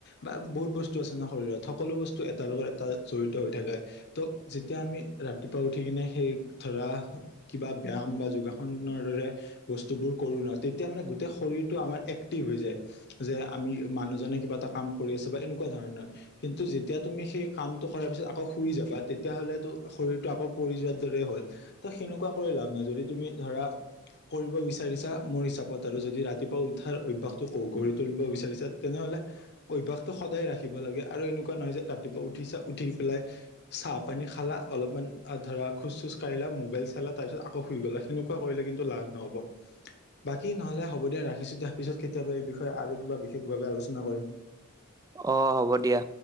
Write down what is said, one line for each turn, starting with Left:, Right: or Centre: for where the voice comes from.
Left: বা বহুত বস্তু আছে ন শৰীৰত, সকলো বস্তু এটাৰ লগত এটা জড়িত হৈ থাকে। ত' যেতিয়া আমি ৰাতিপুৱা উঠি কিনে সেই ধৰা কিবা ব্যাম বা যোগাসনৰ দৰে বস্তুবোৰ কৰো ন তেতিয়া মানে গোটেই শৰীৰতটো আমাৰ এক্টিভ হৈ যায়, যে আমি মানুহজনে কিবা এটা কাম কৰি আছে, বা এনেকুৱা ধৰণৰ। কিন্তু যেতিয়া তুমি সেই কামটো কৰাৰ পিছত আকৌ শুই যাবা তেতিয়া হ'লেতো শৰীৰটো আকৌ পৰি যোৱাৰ দৰে হ'ল। ত' সেনেকুৱা কৰি লাভ নাই যদি তুমি ধৰা, কৰিব বিচাৰিছা মোৰ হিচাপত আৰু যদি ৰাতিপুৱা উঠাৰ অভ্যাসটো গঢ়ি তুলিব বিচাৰিছে তেনেহলে অভ্যাসটো সদায় ৰাখিব লাগে আৰু এনেকুৱা নহয় যে ৰাতিপুৱা উঠিচা, উঠি পেলাই চাহ পানী খালা অলপমান ধৰা খোজ-চোজ কাঢ়িলা, মোবাইল চালা, তাৰপিছত আকৌ শুই গলা, তেনেকুৱা কৰিলে কিন্তু লাভ নহ'ব। বাকী নহলে হ'ব দিয়া ৰাখিছো দিয়া, পিছত কেতিয়াবা এই বিষয়ে আৰু কিবা বিশেষভাৱে আলোচনা কৰিম।
Right: অ', হ'ব দিয়া।